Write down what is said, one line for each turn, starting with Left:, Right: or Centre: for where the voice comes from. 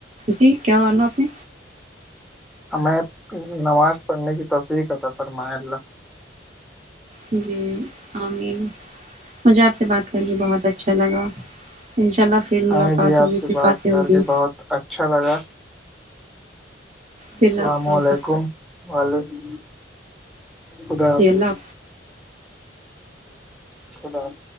Right: جی کیا کرنا ہے آپ نے
Centre: ہمیں نماز پڑھنے کی توفسییح کا تھا سرما اللہ
Right: جی عامر مجھے آپ سے بات کریے بہت اچھا جن کاا انشاء اللہ پھر
Centre: ہمیں
Right: ملاقات
Centre: بھی
Right: ہوگی
Centre: آپ سے
Right: پھر
Centre: بات
Right: باتیں
Centre: کر
Right: ہوگی
Centre: کے بہت اچھا لگا السلام
Right: پھر رابطہ ہوگا
Centre: علیکم وعلیکم خدا حافظ
Right: جی اللہ
Centre: خدا حافظ